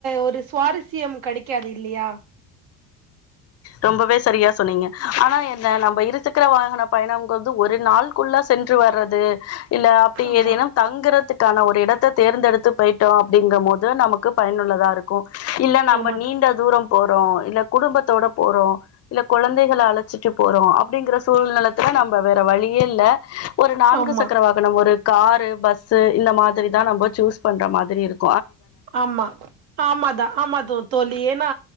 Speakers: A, on the right; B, on the left.
A: ஒரு சுவாரஸ்யம் கெடைக்காது இல்லையா
B: ரொம்பவே சரியா சொன்னீங்க ஆனா என்ன நம்ம இருச்சக்கர வாகன பயணம் வந்து ஒரு நாள்குள்ள சென்று வர்றது <inaudible> இல்ல அப்படி
A: ஆமா
B: ஏதேனும் தங்குறதுக்கான ஒரு இடத்தை தேர்ந்தெடுத்து த்து போயிட்டோம் அப்படிங்கும் போது நமக்கு பயனுள்ளதா இருக்கு இல்ல நம்ம
A: ஆமா
B: நீண்ட
A: தோ-
B: தூரம் போறோம் இல்ல குடும்பத்தோட இல்ல குழந்தைகளை அழைச்சிட்டு போறோ அப்படிங்கிற சூழ்நிலத்துல நம்ம வேற வழியே இல்ல ஒரு நான்கு
A: ஆமா
B: சக்கர வாகனம் ஒரு காரு பஸ்சு இந்த மாதிரி தான் நம்ம ச்சூஸ் பண்ற மாதிரி இருக்
A: ஆமா ஆமாதான் ஆமா தான் தோழி ஏ ன்னா